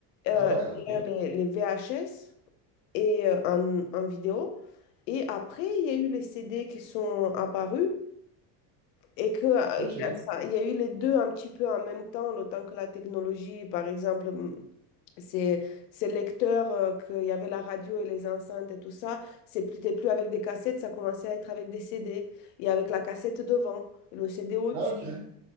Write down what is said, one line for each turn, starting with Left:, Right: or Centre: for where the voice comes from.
Left: euh,
Right: Ah ouais, ok,
Left: et les, les VHS. et euh, en, en vidéo. Et après, il y a eu les CD qui sont apparus et que, euh,
Right: ok,
Left: il y a, ça- il y a eu les deux un petit peu en même temps, le temps que la technologie, par exemple, hum, ces, ces lecteurs, euh, qu'il y avait la radio et les enceintes et tout ça, c'est plus, c'était plus avec des cassettes, ça commençait à être avec des CD et avec la cassette devant, le CD au-dessus,
Right: ah ok,